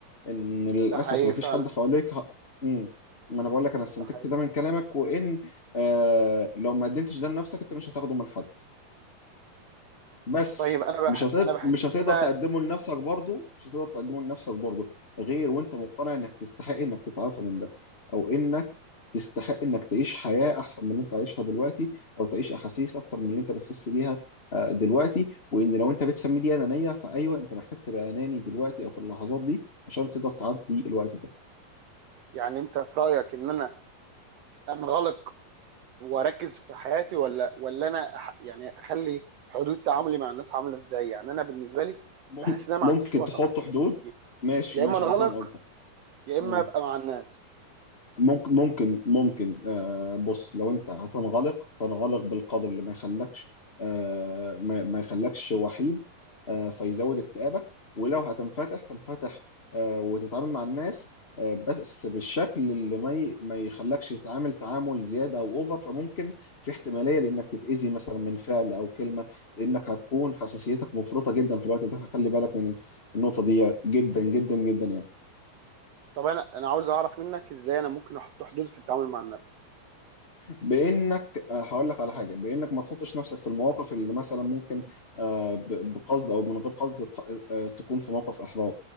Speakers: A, on the left; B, on the right.
A: ان للاسف
B: ده حقيقي
A: ما
B: فعلا
A: فيش حد حواليك ه... مم. ما انا بقول لك انا استنتجت
B: ده حقيقي
A: ده من كلامك وان آه لو ما قدمتش ده لنفسك انت مش هتاخده من حد بس
B: طيب انا بح...
A: مش هتقدر
B: انا بحس
A: مش هتقدر
B: ان انا
A: تقدمه لنفسك برضه مش هتقدر تقدمه لنفسك برضه غير وانت مقتنع انك تستحق انك تتعافى من ده او انك تستحق انك تعيش حياة احسن من اللي انت عايشها دلوقتي او تعيش احاسيس اكتر من اللي انت بتحس بيها آه، دلوقتي وان لو انت بتسمي دي انانية فايوه انت محتاج تبقى اناني دلوقتي او في اللحظات دي عشان تقدر تعدي الوقت ده
B: يعني انت في رايك ان انا انغلق واركز في حياتي ولا ولا انا أح- يعني اخلي حدود تعاملي مع الناس عامله ازاي يعني انا بالنسبه لي
A: مم-
B: بحس ان انا
A: ممكن
B: ما عنديش وسط
A: تحط حدود
B: ي-
A: ماشي
B: يا
A: ماشي
B: اما انغلق
A: انا فاهم قصدك
B: يا اما
A: مم.
B: ابقى مع الناس
A: ممكن ممكن ممكن آه بص لو انت هتنغلق تنغلق بالقدر اللي ما يخلكش آه ما, ما يخلكش وحيد آه فيزود اكتئابك ولو هتنفتح تنفتح آه وتتعامل مع الناس آه بس بالشكل اللي ما ي- ما يخلكش تتعامل تعامل زيادة او اوفر فممكن في احتمالية لانك تتأذي مثلا من فعل او كلمة لانك هتكون حساسيتك مفرطة جدا في الوقت ده خلي بالك من النقطة دي جدا جدا جدا يعني
B: طب انا انا عاوز اعرف منك ازاي انا ممكن احط حدود في التعامل مع الناس
A: بانك آه، هقول لك على حاجه بانك ما تحطش نفسك في المواقف اللي مثلا ممكن آه، ب- بقصد او من غير قصد ت- آه، تكون في موقف احراج